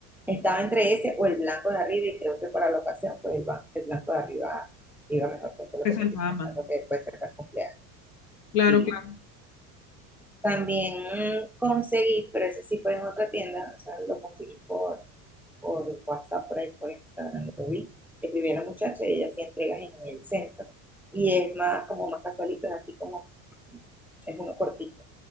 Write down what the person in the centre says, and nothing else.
estaba entre ese o el blanco de arriba, y creo que para la ocasión, pues el, el blanco de arriba iba mejor, pues, por lo
que te estoy comentando,
que puede ser para el cumpleaños.
Y
también mm, conseguí, pero ese sí fue en otra tienda, o sea, lo conseguí por, por WhatsApp, por ahí, por Instagram, lo vi. Escribí a la muchacha y ella hacía entregas en el centro. Y es más, como más casualito, es así como, es uno cortito